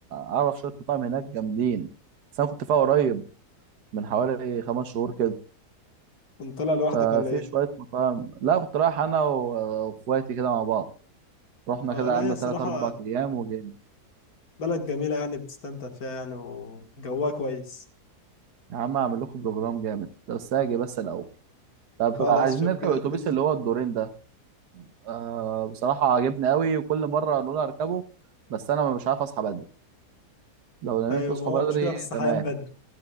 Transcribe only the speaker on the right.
اعرف شويه مطاعم هناك جامدين بس انا كنت فيها قريب من حوالي خمس شهور كده
ففي
شويه مطاعم لا كنت رايح انا و- واخواتي كده مع بعض رحنا
كده
قعدنا
تلات أربع أيام وجينا
يا عم أعمل لكم بروجرام جامد بس هاجي بس الأول طب
عايزين
نركب
الأتوبيس
اللي هو الدورين ده آه بصراحة عاجبني قوي وكل مرة نقول هركبه بس أنا مش عارف أصحى بدري لو نمت
تصحى
بدري
تمام